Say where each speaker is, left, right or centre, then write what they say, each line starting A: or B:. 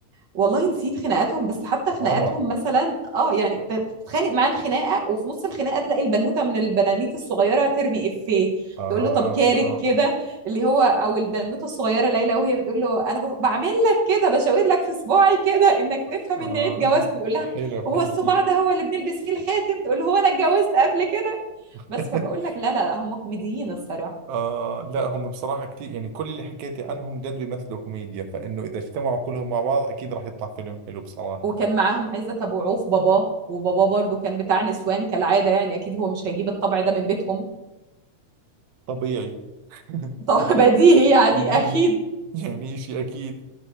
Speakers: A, on the right (about 50°); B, on the right (about 80°).
A: والله نسيت خناقاتهم بس حتى خناقاتهم
B: عمر
A: مثلا اه يعني ت- تتخانق معاه الخناقه وفي نص الخناقه تلاقي البنوته من البنانيت الصغيره ترمي افيه
B: اه
A: تقول له طب كارك
B: اه
A: كده اللي هو او البنوته الصغيره ليلى وهي بتقول له انا بف- بعمل لك كده بشاور لك في صباعي كده انك تفهم
B: اه آه.
A: ان عيد جوازك ويقول لها
B: حلو
A: وهو
B: حلو
A: الصباع
B: ي-
A: ده هو اللي بنلبس فيه الخاتم تقول له هو انا اتجوزت قبل كده
B: <laughs>
A: بس فبقول لك لا لا لا هم كوميديين الصراحه
B: آه لا هم بصراحة كتير يعني كل اللي حكيتي عنهم جد بيمثلوا كوميديا فإنه إذا اجتمعوا كلهم مع بعض أكيد راح يطلع فيلم حلو بصراحة
A: وكان معاهم عزت ابو عوف باباه وباباه برضو كان بتاع نسوان كالعاده يعني اكيد هو مش هيجيب الطبع ده من بيتهم
B: طبيعي <laughs>
A: طبعا
B: <laughs>
A: بديهي <laughs> يعني
B: يعني
A: اكيد
B: يعني شيء أكيد